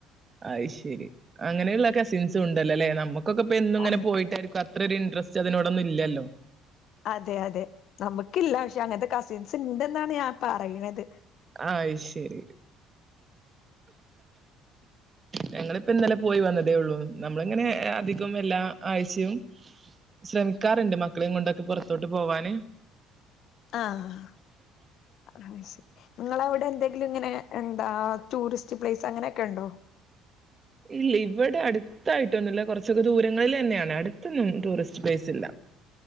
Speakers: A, on the right (about 30°); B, on the left (about 65°).
A: അഅ്‌ ശരി, അങ്ങനെയുള്ള കസിൻസും ഉണ്ട്ല്ലലേ നമ്മക്കൊക്കെ ഇപ്പൊ എന്നും ഇങ്ങനെ
B: ആ
A: പോയിട്ടായിരിക്കും അ അത്രരു ഇൻട്രസ്റ്റ് അതിനോടൊന്നും ഇല്ല്യല്ലോ.
B: അതെ അതെ ന്നമ്മക്കില്ല പക്ഷെ അങ്ങൻത്തെ കസിൻസ് ണ്ട്ന്നാണ് ഞാം പറയുന്നത്.
A: അഅ്‌ ശെരി. ഞങ്ങള്പ്പോ ഇന്നലെ പോയി വന്നതേ ഒള്ളൂ ന്നമ്മള് ഇങ്ങനെ അധികം എല്ലാ ആഴ്ചയും ശ്രമിക്കാറ്ണ്ട് മക്കളെയും കൊണ്ടൊക്കെ പൊറത്തോട്ട് പോവാന്.
B: ആഹ് അഅ്‌ ശരി ങ്ങളവടെ എന്തേ ല്ങ്ങനെ എന്താ ടൂറിസ്റ്റ് പ്ലേസ് അങ്ങനെയൊക്കെ ഉണ്ടോ?
A: ഇല്ല ഇവിടെ അടു ത്തായിട്ടൊന്നുമില്ല കുറച്ചൊക്കെ ദൂരങ്ങളിൽ തന്നെയാണ് അടുത്തൊന്നും ടൂറിസ്റ്റ് പ്ലെയ്സ് ഇല്ല